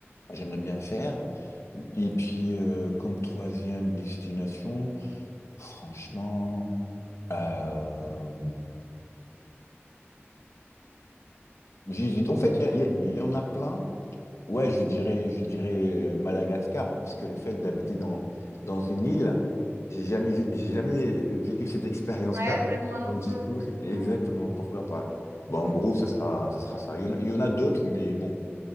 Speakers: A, on the left (about 85°); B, on the right (about 75°).
A: j'aimerais bien faire. Et puis, euh, comme troisième destination, franchement, euh, J'hésite. En fait, il y, a- il y a- il y en a plein. Ouais, je dirais, je dirais euh, Madagascar, parce que le fait d'habiter dans, dans une île, j'ai jamais, j'ai jamais euh, vécu cette expérience-là.
B: Ouais, ouais, moi non
A: Donc,
B: plus.
A: du coup, <laughs>
B: Ouais,
A: exactement, pourquoi pas? Bah,
B: ouais.
A: en gros, ça sera, ça sera ça. Il y en a, il y en a d'autres, mais bon,